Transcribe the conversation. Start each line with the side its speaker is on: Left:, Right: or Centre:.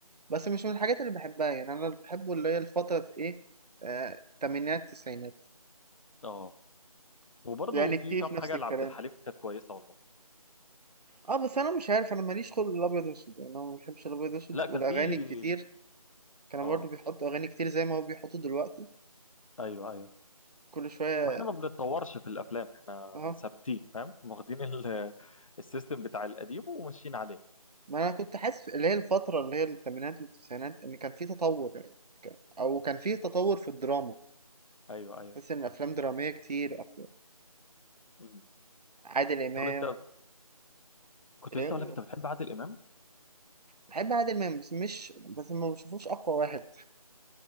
Right: بس مش من الحاجات اللي بحبها يعني أنا اللي بحبه اللي هي الفترة إيه آه، التمانينات التسعينات
Left: اه وبرضو
Right: يعني
Left: في
Right: الكيف
Left: كام
Right: نفس
Left: حاجه
Right: الكلام
Left: لعبد الحليم كانت كويسه والله
Right: اه بس انا مش عارف انا ماليش خلق الابيض واسود يعني انا ما بحبش الابيض واسود
Left: لا
Right: والاغاني
Left: كان في
Right: الكتير كانوا
Left: اه
Right: برضو بيحطوا اغاني كتير زي ما هو بيحطوا دلوقتي
Left: ايوه ايوه
Right: كل شويه
Left: ما احنا ما بنتطورش في الافلام احنا
Right: اه
Left: ثابتين فاهم واخدين ال- <laughs> السيستم بتاع القديم وماشيين عليه
Right: ما انا كنت حاسس اللي هي الفتره اللي هي الثمانينات والتسعينات ان كان في تطور يعني كان- او كان في تطور في الدراما
Left: ايوه ايوه
Right: بحس ان افلام دراميه كتير أف-
Left: مم.
Right: عادل امام
Left: طب انت كنت
Right: إيه؟
Left: لسه اقول لك انت بتحب عادل امام
Right: بحب عادل امام بس مش بس ما بشوفوش اقوى واحد